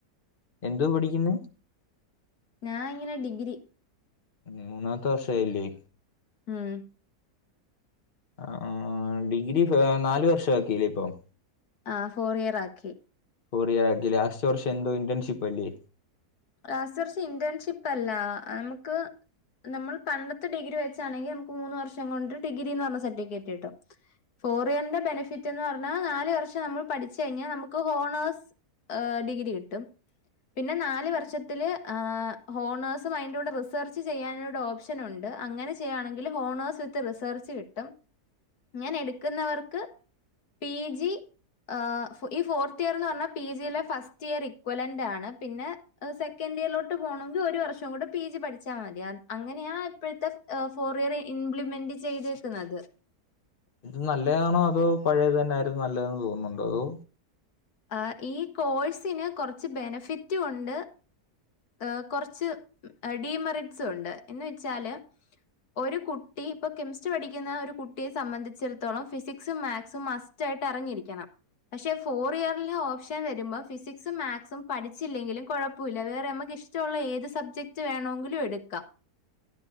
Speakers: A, on the left (about 35°); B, on the left (about 70°).
A: എന്തുവാ പഠിക്കുന്നേ?
B: ഞാനിങ്ങനെ ഡിഗ്രി
A: ഉം മൂന്നാമത്തെ വർഷായില്ലേ?
B: മ്മ്
A: ആഹ് ആഹ് ഡിഗ്രി ഫ് നാല് വർഷാക്കീലേ ഇപ്പം?
B: ആഹ് ഫോറ് ഇയറാക്കി
A: ഫോറിയറാക്കി ലാസ്റ്റ് വർഷം എന്തോ ഇന്റേൺഷിപ്പല്ലേ
B: ലാസ്റ്റ് വർഷം ഇന്റേൺഷിപ്പല്ലാ നമുക്ക് നമ്മൾ പണ്ടത്തെ ഡിഗ്രി വെച്ചാണെങ്കി നമുക്ക് മൂന്ന് വർഷം കൊണ്ട് ഡിഗ്രീന്നു പറഞ്ഞ സർട്ടിഫിക്കറ്റ് കിട്ടും ഫോറിയറിന്റെ ബെനിഫിറ്റ് എന്നു പറഞ്ഞാ നാല് വർഷം നമ്മള് പഠിച്ച് കഴിഞ്ഞാ നമുക്ക് ഹോണേഴ്സ് ഏ ഡിഗ്രി കിട്ടും പിന്നെ നാല് വർ ഷത്തില് ഏ ഹോണേഴ്സും അയിന്റെ കൂടെ റിസേർച്ചു ചെയ്യാനൂടെ ഓപ്ഷനുണ്ട് അങ്ങനെ ചെ ചെയ്യാണെങ്കിൽ ഹോണേഴ്സ് വിത്ത് റിസേർച്ചു കിട്ടും ഇങ്ങനെ ഇട്ക്കുന്നവർക്ക് പിജി ഏ ഈ ഫോർത്ത് ഇയറ്ന്ന് പറഞ്ഞാ പിജിയിലെ ഫസ്റ്റ് ഇയർ ഇക്വലന്റാണ് പിന്നെ സെക്കന്റിയറിലോട്ടു പോണെങ്കി ഒര് വർഷം കൂടെ പിജി പഠിച്ചാ മതി അങ്ങനെയാ ഇപ്പയത്തെ ഫോറ് ഇയറ് ഇംപ്ലിമെന്റ് ചെയ്തേക്കുന്നത്
A: ഇത് നല്ലയാണോ അതോ പഴയതുതന്നെ ആയിരുന്നോ നല്ലതെന്നു തോന്നുന്നുണ്ടോ അതോ
B: ആഹ് ഈ കോഴ്സിന് കൊറച്ച് ബെനഫിറ്റും ഉണ്ട് ഏ കൊറച്ച് ഡീ മെറിറ്റ്സുണ്ട് എന്ന് വെച്ചാല് ഒരു കുട്ടി ഇപ്പൊ കെമിസ്ട്രി പഠിക്കുന്ന ഒരു കുട്ടിയെ സംബന്ധിച്ചിടത്തോളം ഫിസിക്സും മേക്സും മസ് റ്റായിട്ടും അറിഞ്ഞിരിക്കണം. പക്ഷെ ഫോറിയറിലെ ഓപ്ഷൻ വരുമ്പോ ഫിസിക്സും മേക്സും പഠിച്ചില്ലെങ്കിലും കുഴപ്പല്ല വേറെ നമ്മ ഇഷ്ട്ടള്ള ഏത് സബ്ജക്റ്റ് വേണോങ്കിലും എട്ക്കാ